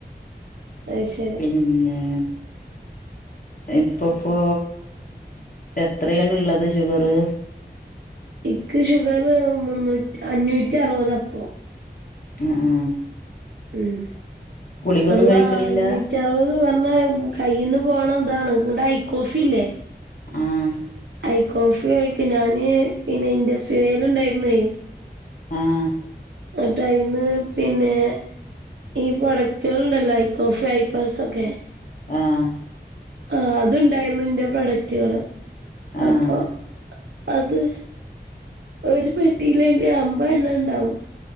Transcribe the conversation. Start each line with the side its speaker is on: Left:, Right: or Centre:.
Right: അത് ശരി
Left: പിന്നെ. ഇപ്പപ്പോ എത്രയാണ് ഉള്ളത് ഷുഗറ്?
Right: ഇക്ക് ഷുഗർ മുന്നൂ അഞ്ഞൂറ്റി അറുപത് ഇപ്പൊ.
Left: ആ, ആ.
Right: ഉം.
Left: ഗുളികൊന്നും
Right: അള്ളാ
Left: കഴിക്കണില്ല
Right: അഞ്ഞൂറ്റി അറുപത് പറഞ്ഞാ കയ്യിൽന്ന് പോണ ഇതാണ്. എന്നിട്ട് ഐ കോഫി ഇല്ലേ.
Left: ആഹ്
Right: ഐ കോഫി കയ്ക്ക് ഞാന് പിന്നെ ഇൻഡസ്ട്രിവേല് ഉണ്ടായിരുന്നെ
Left: ആഹ്
Right: ഇന്നിട്ട് അയിന്ന് പിന്നെ ഈ പ്രോഡക്റ്റുകള് ഉണ്ടല്ലോ ഐ കോഫി ഐപ്ലസ് ഒക്കെ
Left: ആഹ്
Right: ആഹ് അതുണ്ടായിരുന്നു ഇന്റെ പ്രൊഡക്റ്റുകള്
Left: ആഹ്
Right: അപ്പൊ അത് ഒരു പെട്ടിയിലെന്നെ അമ്പെതെണ്ണം ഇണ്ടാവും